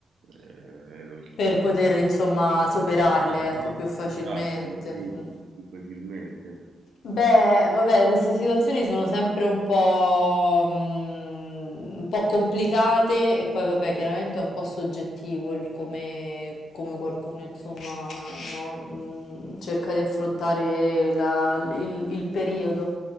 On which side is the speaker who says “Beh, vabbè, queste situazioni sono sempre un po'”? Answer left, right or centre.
Left